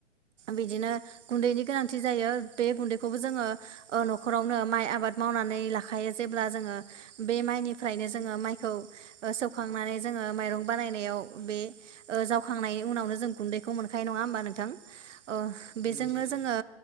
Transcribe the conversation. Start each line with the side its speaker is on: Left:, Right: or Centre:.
Right: बिदिनो गुन्दैनि गोनांथि जायो बे गुन्दैखौबो जोङो ओ न'खरावनो माइ आबाद मावनानै लाखायो जेब्ला जोङो बे माइनिफ्रायनो जोङो माइखौ ओ सौखांनानै जोङो माइरं बानायनायाव बे ओ जावखांनायनि उनावनो जों गुन्दैखौ मोनखायो नङा होमबा नोंथां। ओ बेजोंनो
Left: नोंगौ सैथो
Right: जोङो
Left: नोंथां